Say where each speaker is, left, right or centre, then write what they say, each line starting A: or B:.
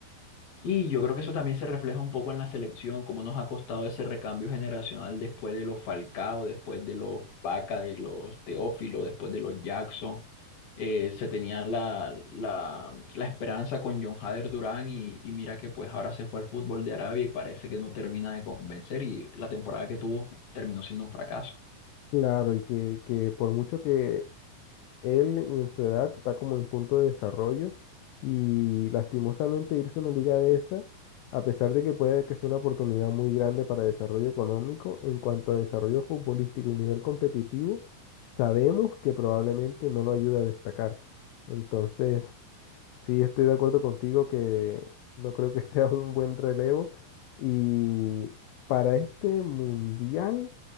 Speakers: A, on the left; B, on the left.
A: Y yo creo que eso también se refleja un poco en la selección, cómo nos ha costado ese recambio generacional después de los Falcao, después de los Vaca, de los Teófilo, después de los Jackson. Eh, se tenía la, la, la esperanza con John Hader Durán y, y mira que pues ahora se fue al fútbol de Arabia y parece que no termina de convencer y la temporada que tuvo terminó siendo un fracaso.
B: Claro, y que, que por mucho que Él en su edad está como en punto de desarrollo y lastimosamente irse a una liga de esa, a pesar de que puede que sea una oportunidad muy grande para desarrollo económico, en cuanto a desarrollo futbolístico y nivel competitivo, sabemos que probablemente no lo ayuda a destacar. Entonces, sí estoy de acuerdo contigo que no creo que <laughs> sea un buen relevo y para este mundial,